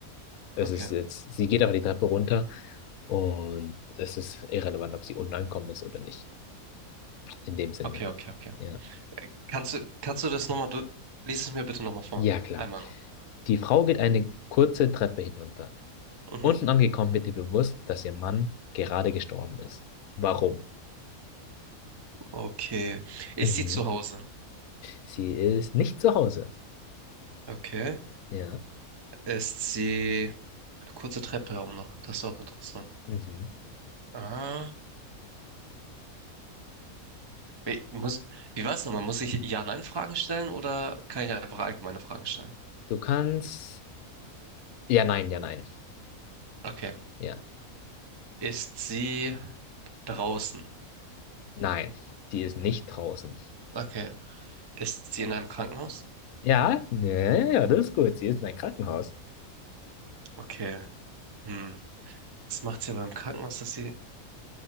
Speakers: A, on the left; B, on the right.
A: es
B: Okay.
A: ist jetzt, sie geht aber die Treppe runter. Und es ist irrelevant, ob sie unten angekommen ist oder nicht. In dem Sinne.
B: Okay, okay, okay.
A: Ja.
B: Kannst du, kannst du das nochmal durch? Lies es mir bitte nochmal vor.
A: Ja, klar.
B: Einmal noch.
A: Die Frau geht eine kurze Treppe hinunter.
B: Mhm.
A: Unten angekommen wird ihr bewusst, dass ihr Mann gerade gestorben ist. Warum?
B: Okay. Ist
A: Mhm.
B: sie zu Hause?
A: Sie ist nicht zu Hause.
B: Okay.
A: Ja.
B: Ist sie eine kurze Treppe auch noch? Das ist auch interessant.
A: Mhm.
B: Ah. Wie, muss, wie war's nochmal? Muss ich Ja-Nein-Fragen stellen oder kann ich einfach allgemeine Fragen stellen?
A: Du kannst. Ja, nein, ja, nein.
B: Okay.
A: Ja.
B: Ist sie Draußen.
A: Nein. Die ist nicht draußen.
B: Okay. Ist sie in einem Krankenhaus?
A: Ja, ja, ja, das ist gut. Sie ist in einem Krankenhaus.
B: Okay. Hm. Was macht sie aber im Krankenhaus, dass sie.